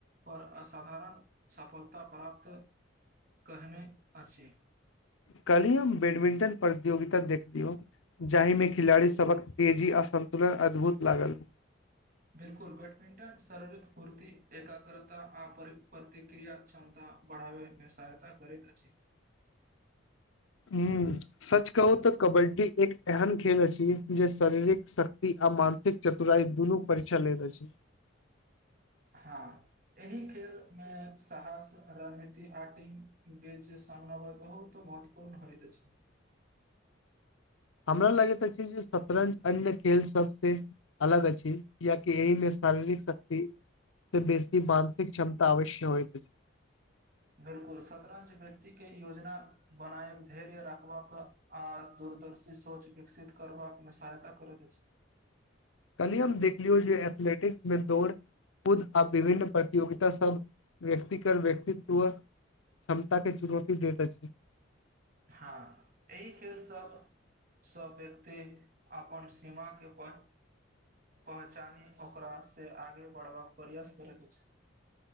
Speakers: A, on the right; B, on the left.
A: पर असाधारण सपोर्ट फलता प्राप्त कहने अछि
B: कली हम बैडमिंटन प्रतियोगिता देखलियौ जाहिमे खिलाड़ी सबक तेजी असर सन्तुलन अद्भुत लागल
A: बिल्कुल बैडमिंटन शारीरिक फूर्ति एकाग्रता आ प्रतिक्रिया क्षमता बढ़ावैमे सहायता करैत अछि
B: हम्म सच कहू त कबड्डी एक एहन खेल अछि जे शरीरिक शक्ति आ मानसिक चतुराई दूनू परीक्षा ले दे छै
A: हँ एहि खेल मे साहस रणनीति आ टीम बेच सामना बय कह हो तऽ महत्वपूर्ण होइत छै
B: <unintelligible> हमरा लगैत अछि जे शतरंज अन्य खेल सबसँ अलग अछि कियाकि एहिमे शारीरिक शक्ति से बेसी मानसिक क्षमता अवश्य होय
A: बिल्कुल शतरंज व्यक्ति के योजना बनाए धैर्य रखबाक आ दूर दूरदर्शी सोच विकसित करबाकमे सहायता करैत अछि
B: कली हम देख लियौ जे एथलेटिक्स मे दौड़ खुद आ विभिन्न प्रतियोगिता सब व्यक्तिकर व्यक्तित्व त क्षमता के चुनौती दैत अछि
A: हँ एहि खेलसभ सब व्यक्ति अपन सीमा केपर पहचानी ओकरासँ आगे बढ़बाक प्रयास करैत अछि